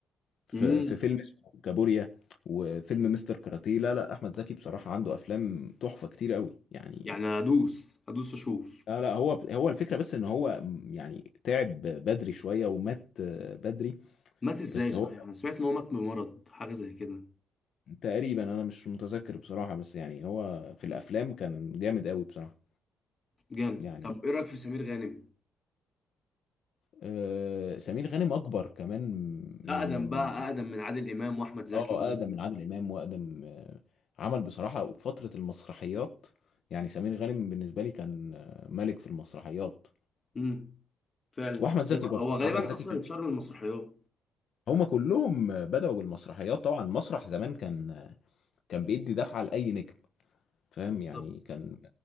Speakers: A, on the left; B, on the left.
A: في...
B: امم
A: في فيلم اسمه كابوريا وفيلم مستر كاراتيه لا لا أحمد زكي بصراحة عنده أفلام تحفة كتير قوي يعني
B: يعني هدوس هدوس اشوف
A: لا لا هو هو الفكرة بس إن هو يعني تعب بدري شوية ومات آه، بدري
B: مات ازاي
A: بس
B: صحيح
A: هو
B: انا سمعت ان هو مات بمرض حاجه زي كده
A: تقريبا انا مش متذكر بصراحة بس يعني هو في الافلام كان جامد قوي بصراحة
B: جامد
A: يعني
B: طب ايه رايك في سمير غانم
A: آه سمير غانم اكبر كمان من
B: اقدم
A: من-
B: بقى اقدم من عادل امام واحمد زكي
A: اه
B: والناس
A: اقدم
B: دي
A: من عادل امام واقدم آه عمل بصراحة فترة المسرحيات يعني سمير غانم بالنسبة لي كان آه، ملك في المسرحيات
B: امم فعلا
A: واحمد زكي
B: هو
A: برضو
B: هو غالبا
A: احمد زكي
B: اصلا
A: كان
B: اتشهر من المسرحيات
A: هما كلهم آه، بدأوا بالمسرحيات طبعا المسرح زمان كان آه، كان بيدي دفعة لأي نجم فاهم
B: بالظبط
A: يعني كان